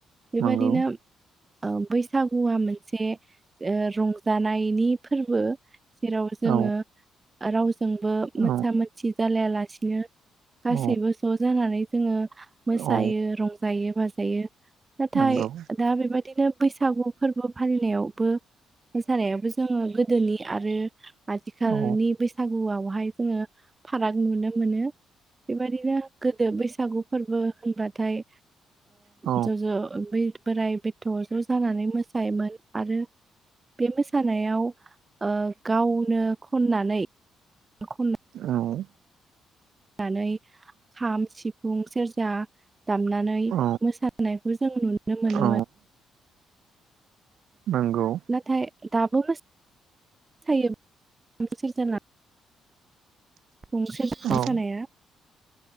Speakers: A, on the right (about 25°); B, on the right (about 75°).
A: बेबादिनो।
B: नंगौ
A: बैसागुआ मोनसे रंजानायनि फोरबो। जेराव जोङो
B: औ
A: रावजोंबो
B: औ
A: मोनसा मोनसि जालायालासिनो। गासैबो
B: औ
A: ज' जानानै जोङो मोसायो।
B: औ
A: रंजायो बाजायो नाथाय
B: नंगौ
A: दा बेबायदिनो बैसागु। फोरबो फालिनायावबो मोसानायावबो जोङो गोदोनि आरो आथिखालनि
B: औ
A: बैसागुआवहाय जोङो फाराग नुनो मोनो। बेबायाददिनो गोदो बैसागु फोरबो होनबाथाय
B: औ
A: ज' ज' बोराय बेथ' ज' जानानै मोसायोमोन आरो बे मोसानायाव ओ गावनो खननानै खन
B: औ।
A: नानै खाम सिफुं सेरजा दामनानै
B: औ
A: मोसानायखौ जों नुनो मोनोमोन।
B: औ नोंगौ।
A: नाथाय दाबो फोथायो सिजोन <inaudible> गंसे
B: औ
A: सनाया